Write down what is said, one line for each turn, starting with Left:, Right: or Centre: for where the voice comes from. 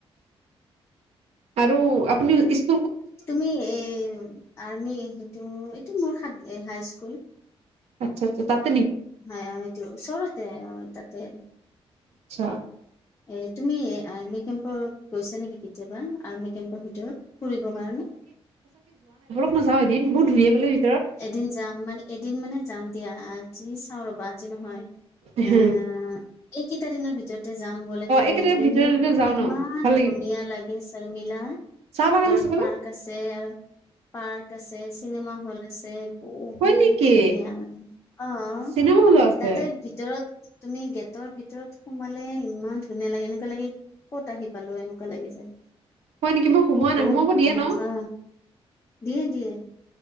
Right: আৰু আপুনিও স্ক
Left: তুমি এ আৰ্মি সেইটো, এইটো মোৰ হাদ্‌ হাই স্কুল।
Right: আচ্ছা, আচ্ছা তাত
Left: হ'য়, হ'য় এইটো ওচৰতে, অঁ তাতে।
Right: আচ্ছা-
Left: এ তুমি আৰ্মি কেম পত গৈছা নেকি কেতিয়াবা? আৰ্মি কেম্পৰ ভিতৰত ফুৰিব কাৰণে।
Right: বল যাওঁ এদিন। বহুত ধুনীয়া বোলে ৰি
Left: এদিন যাম মানে, এদিন মানে যাম দিয়া। আজি চাওঁ ৰ'বা, আজি নহয়
Right: এহ্‌হেঁ।
Left: আহ এইকেইটা দিনৰ ভিতৰতে যাম গ'লে। তেওঁক
Right: একেটা
Left: লৈ ইমা-
Right: ভিতৰতে যাওঁ
Left: ইমান
Right: ন ভাল লাগিব
Left: ধুনীয়া লাগে চা তই মিলা।
Right: চাহ বাগান
Left: ভিতৰত
Right: আছে বোলে
Left: পাৰ্ক আছে আৰু পাৰ্ক আছে, চিনেমা হল্ড আছে বহুত
Right: হয় নেকি
Left: ধুনীয়া। অঁ
Right: চিনেমা হলো আছে
Left: তাতে ভিতৰত, তুমি গেটৰ ভিতৰত সোমালে ইমান ধুনীয়া লাগে। এনেকুৱা লাগে ক'ত আহি পালো? এনেকুৱা লাগি যায়।
Right: হয় নেকি মই সোমোৱা নাই
Left: বহুত
Right: সোমাব
Left: সোমাই
Right: দিয়ে ন
Left: চা দিয়ে দিয়ে।